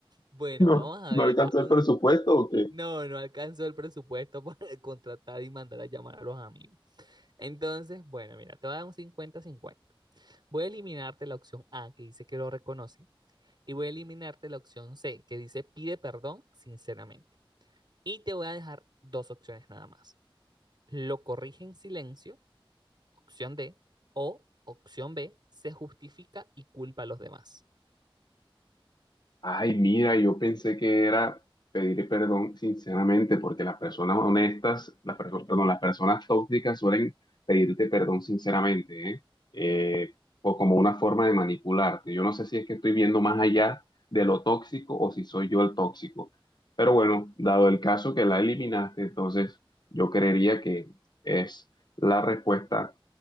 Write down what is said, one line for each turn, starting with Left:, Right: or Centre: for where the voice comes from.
Right: Bueno,
Left: ¿No,
Right: vamos a
Left: no
Right: ver
Left: alcanzó
Right: acá. Un-
Left: el presupuesto o qué?
Right: No, no alcanzó el presupuesto para <laughs> contratar y mandar a llamar a los amigos. Entonces, bueno, mira, te voy a dar un cincuenta-cincuenta. Voy a eliminarte la opción A, que dice que lo reconoce, y voy a eliminarte la opción C, que dice pide perdón sinceramente. Y te voy a dejar dos opciones nada más. Lo corrige en silencio, opción D, o opción B, se justifica y culpa a los demás.
Left: Ay, mira, yo pensé que era pedir perdón sinceramente, porque las personas honestas, las personas, perdón, las personas tóxicas suelen pedirte perdón sinceramente, ¿eh? Eh, o como una forma de manipularte. Yo no sé si es que estoy viendo más allá de lo tóxico o si soy yo el tóxico. Pero bueno, dado el caso que la eliminaste, entonces yo creería que es la respuesta